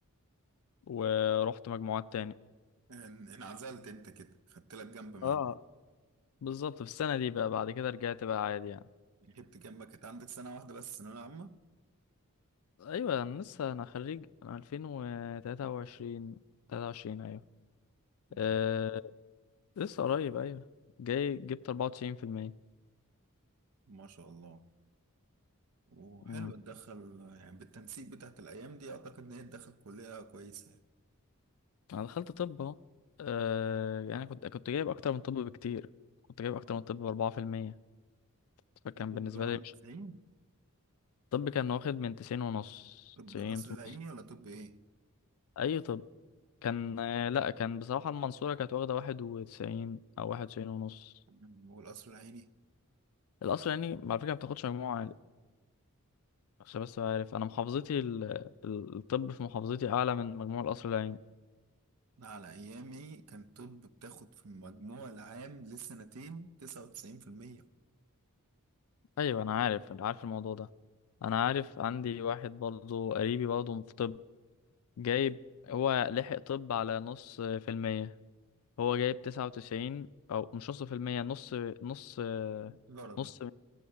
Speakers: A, on the left (about 70°); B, on the right (about 80°).
A: ورحت مجموعات تاني
B: ان- انعزلت انت كده خدت لك جنب مع
A: اه بالظبط في السنة دي بقى بعد كده رجعت بقى عادي يعني
B: جبت جنبك كانت عندك سنه واحده بس الثانويه العامه
A: ايوه انا لسه انا خريج انا 2023 23 ايوه أه
B: ده
A: لسه قريب ايوه جاي جبت 94%
B: ما شاء الله وحلو
A: امم
B: تدخل يعني بالتنسيق بتاعت الأيام دي أعتقد إن هي تدخل كلية كويسة يعني
A: انا دخلت طب اهو أه يعني كنت كنت جايب اكتر من طب بكتير كنت جايب اكتر من طب ب 4% فكان
B: الطب
A: بالنسبه
B: ده واخدة
A: لي
B: من
A: مش
B: العين
A: طب كان واخد من 90 ونص
B: طب
A: 90
B: القصر
A: ونص
B: العيني ولا طب إيه؟
A: اي طب كان آه، لا كان بصراحه المنصوره كانت واخده 91 او 91 ونص
B: أمم، هو القصر العيني
A: الاصل يعني على فكره ما بتاخدش مجموعه عشان بس عارف انا محافظتي ال... ال- الطب في محافظتي اعلى من مجموع القصر العيني
B: أنا على أيامي كان طب بتاخد في المجموع العام للسنتين تسعة وتسعين في المية
A: ايوه انا عارف انا عارف الموضوع ده انا عارف عندي واحد برضه قريبي برضه في طب جايب هو لحق طب على نص في المية هو جايب تسعة وتسعين او مش نص في المية نص نص
B: درجة
A: نص